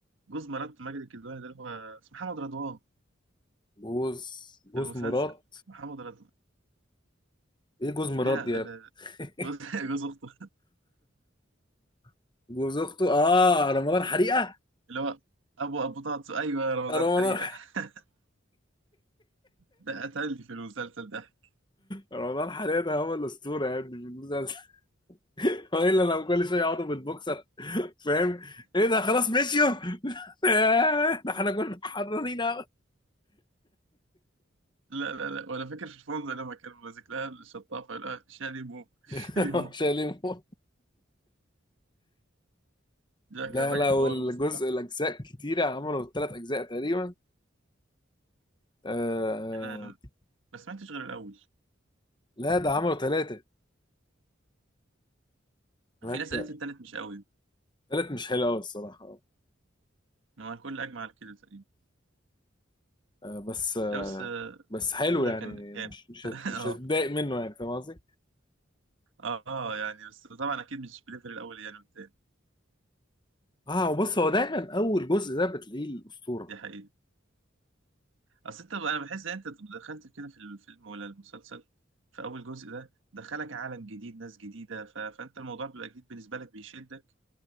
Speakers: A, on the right (about 75°); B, on the left (about 25°).
A: جوز مرات ماجد الكدواني ده اللي هو اسمه محمد رضوان
B: جوز جوز
A: في المسلسل
B: مرات
A: محمد رضوان
B: ايه جوز مرات
A: لا لا
B: دي يا
A: آه،
B: ابني؟
A: جوز <laughs> جوز اخته
B: <laughs> جوز اخته اه رمضان حريقة
A: اللي هو ابو ابو طاطس ايوه يا رمضان
B: رمضان
A: حريقه <laughs> ده قتلني في المسلسل ده
B: رمضان حاليا هو الاسطوره يعني في المسلسل <laughs> هو الا لو كل شويه يقعدوا بالبوكسر فاهم ايه ده خلاص مشيوا <laughs> ده احنا كنا حرانين أوي.
A: لا لا لا ولا فاكر في الفندق لما كان ماسك لها الشطافه يقول لها شاليمو شاليمو
B: <laughs> مش هيلموا
A: ده
B: لا
A: كان راجل
B: لا
A: حوار
B: والجزء
A: بصراحه
B: الاجزاء كتيره عملوا ثلاث اجزاء تقريبا آه آه،
A: انا ما سمعتش غير الاول
B: لا ده عملوا ثلاثه ثلاثه
A: في ناس قالت التالت مش قوي
B: ثلاث مش حلو قوي الصراحه
A: هو الكل اجمع على كده تقريبا
B: آه بس آه
A: لا بس آه،
B: بس حلو
A: لا لا
B: يعني
A: كان
B: مش
A: جامد
B: مش
A: <laughs>
B: هت- مش هتضايق منه يعني فاهم قصدي؟
A: اه يعني بس طبعا اكيد مش بليفل الاول يعني والتاني
B: اه وبص هو دايما اول جزء ده بتلاقيه الاسطوره
A: دي حقيقة اصل انت انا بحس ان انت دخلت كده في الفيلم ولا المسلسل في اول جزء ده دخلك عالم جديد ناس جديدة ف... فانت الموضوع بيبقى جديد بالنسبة لك بيشدك